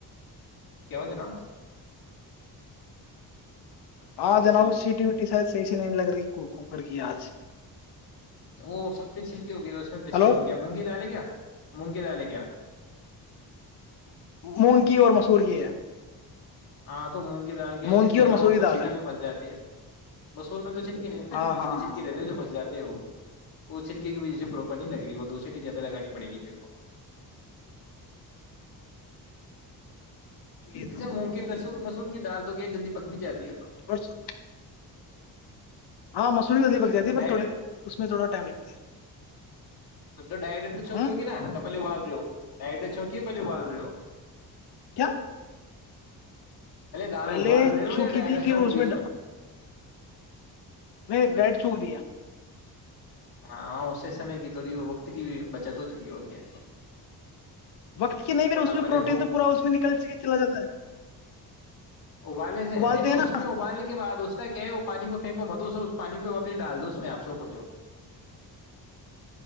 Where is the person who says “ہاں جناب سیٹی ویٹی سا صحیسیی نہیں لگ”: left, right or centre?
Left